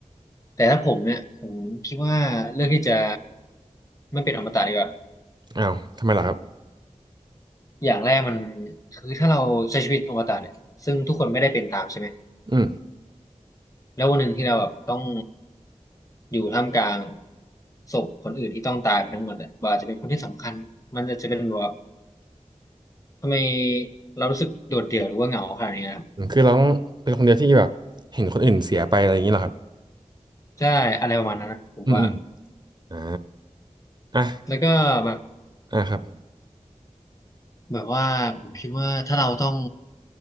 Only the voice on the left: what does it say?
แต่ถ้าผมเนี่ยผมคิดว่าเลือกที่จะไม่เป็นอมตะดีกว่า
อย่างแรกมันคือถ้าเราใช้ชีวิตอมตะเนี่ยซึ่งทุกคนไม่ได้เป็นตามใช่ไหม
แล้ววันหนึ่งที่เราแบบต้องอยู่ท่ามกลางศพคนอื่นที่ต้องตายไปทั้งหมดอะว่าอาจจะเป็นคนที่สำคัญมันจะจะเป็นแบบว่าทำไมเรารู้สึกโดดเดี่ยวหรือว่าเหงาขนาดนี้นะ
ใช่อะไรประมาณนั้นนะผมว่า
แล้วก็แบบ
แบบว่าผมคิดว่าถ้าเราต้อง